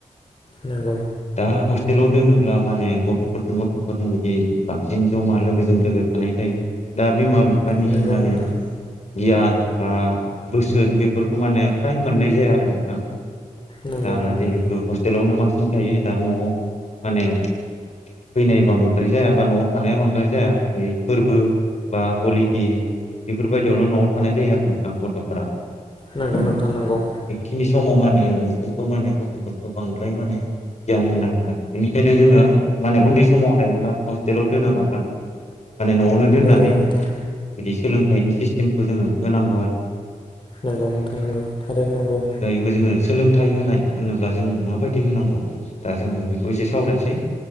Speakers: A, on the left; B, on the left.
A: नोंगौ
B: दा हस्टेलाव दोनोब्ला माने गथ'फोरजों गथ'फोरनो बिदि बांसिन जमा लोगोजों लोगो थानाय जायो दा बिमा बिफानि
A: नंगौ
B: माने
A: नोंथां
B: गियान बा बोसोन बेफोरखौ मा होनो फ्राय मोननाय जाया आरो नोंथां
A: नंगौ
B: दा
A: नोंथां
B: जिहेथु हस्ट टेलावनो बांसिन थायो दा न'आव माने फैनाय बांद्राय जाया बा न'आव थानाया बांद्राय जाया बे फोरबो बा हलिदे बेफोरबायदियावल' न'आव थानाय जायो आरो नोंथां गथ'फोरा।
A: नंगौ नोंथां नंगौ।
B: बि समाव मानो बिसोरखौ माने गथ'फोरखौ बांद्राय माने गियान होनो हाया बेनिखायनो जोङो माने उन्दै समाव हायोब्ला हस्टेलाव दोना लाबानो माने न'आवनो दोननानै
A: नंगौ नोंथां
B: बिदि सोलोंथाइनि सिस्टेमखौ जोङो होनांगौ आरो।
A: नंगौ नोंथां नंगौ थारैनो नंगौ।
B: बो जोङो सोलोंथाइ होनाय होनोब्ला जों माबायदि होनांगौ दा जोङो बेखौ एसे सावरायनोसै।